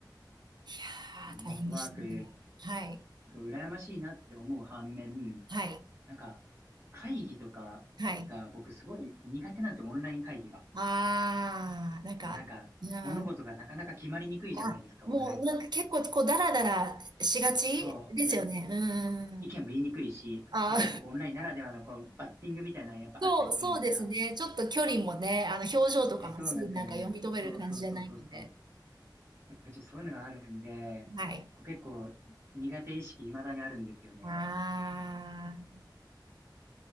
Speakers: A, on the right; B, on the right.
A: いやー、
B: こうリモートワーク
A: 大変でしたね。はい。
B: が羨ましいなって思う反面、
A: はい。
B: なんか、会議とかが僕すごい苦手なんですよ、
A: はい。
B: オンライン会議が。
A: ああ、なんか、
B: こう、なんか、
A: うん。
B: 物事がなかなか決まりにくいじゃないですか、
A: あ、もう、
B: オンラインだと。
A: なんか結構、こう、だらだらしがちですよね。
B: そう。で、
A: う
B: 意見も言いにくいし、
A: ん。ああ。
B: あとやっぱこうオンラインならではのこうバッティングみたいなのやっぱあったりするじゃないですか。
A: そう、そうですね。ちょっと距離もね、あの、表情とかもすぐなんか読み止める感じじゃないので。
B: いや、そうなんですよね。そうそうそうそうそう。なんかちょっとそういうのがあるんで、
A: はい。
B: こう結構苦手意識未だにあるんですよね。
A: あ